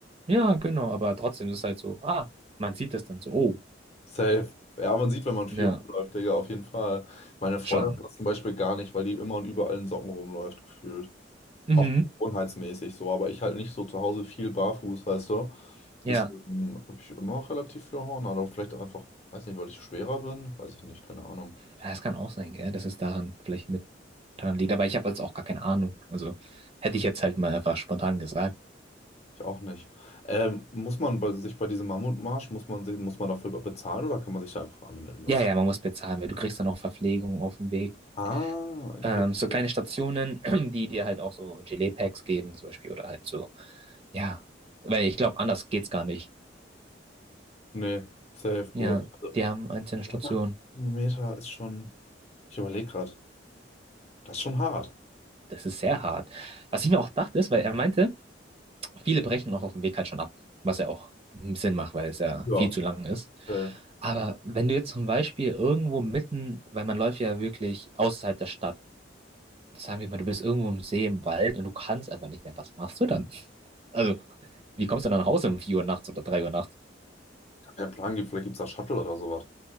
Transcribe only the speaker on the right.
Ja, genau, aber trotzdem ist es halt so, ah, man sieht das dann so, oh,
ne,
schon.
Mhm.
Ja.
Ja, das kann auch sein, gell, dass es daran vielleicht mit daran liegt, aber ich habe jetzt auch gar keine Ahnung. Also hätte ich jetzt halt mal einfach spontan gesagt.
Ja, ja,
man muss bezahlen, weil du kriegst dann auch Verpflegung auf dem Weg.
Ähm, so kleine
Stationen, <clears throat> die dir halt auch so Gelee-Packs geben, zum Beispiel, oder halt so, ja, weil ich glaube, anders geht's gar nicht.
Ja,
die haben einzelne Stationen.
Das ist sehr hart. Was ich mir auch dachte, ist, weil er meinte, Viele brechen auch auf dem Weg halt schon ab, was ja auch Sinn macht, weil es ja
viel zu lang ist.
Aber wenn du jetzt zum Beispiel irgendwo mitten, weil man läuft ja wirklich außerhalb der Stadt, sagen wir mal, du bist irgendwo im See, im Wald und du kannst einfach nicht mehr, was machst du dann? Also, wie kommst du dann nach Hause um 4 Uhr nachts oder 3 Uhr nachts?